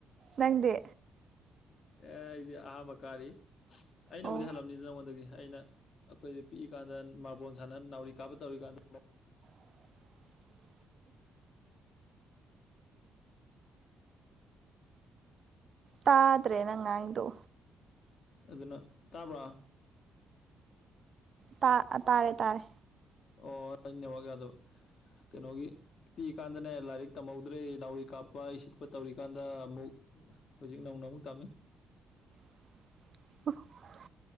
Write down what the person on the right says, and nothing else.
ꯅꯪꯗꯤ
ꯑꯣ
<inaudible> ꯇꯥꯗ꯭ꯔꯦ ꯅꯪ ꯉꯥꯡꯏꯗꯣ
ꯇꯥ ꯇꯥꯔꯦ ꯇꯥꯔꯦ
<inaudible>